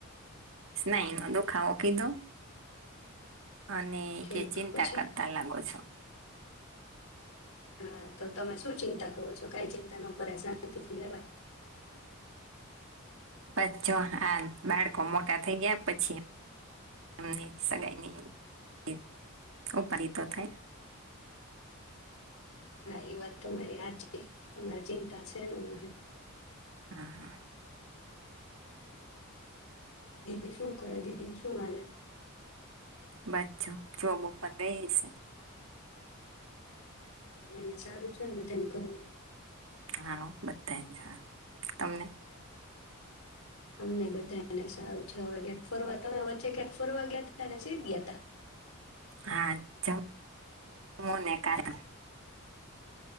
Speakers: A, on the right; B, on the left.
A: નહી એનો દુઃખાાવ. કી તો. અને
B: ઠીક
A: કે ચિંતા
B: પછી
A: કરતા લાગો છો.
B: હા તો તમે શું ચિંતા કરો છો? કઈ ચિંતા ન કરાય શાંતિ થી રેવાય.
A: પછ જો આ બાળકો મોટા થઈ ગયા પછી એમની સગાઈની ઉપાધી તો થાય.
B: હા એ વાત તમારી હાચી છે તમારી ચિંતા છે ને.
A: હા.
B: દીદી શું કરે, દીદીને શું હાલે?
A: બછો જોબ ઉપર ગઈ હશે.
B: એને સારું છે ને બધાને ઘરમાં?
A: હા હો બધાયન સારું. તમને?
B: અમનેય બધાયને સારું છે. હવે કયાક ફરવા તમે વચ્ચે ક્યાંક ફરવા ગયા તા ને સીદ ગયા તા?
A: હા, જ <unintelligible>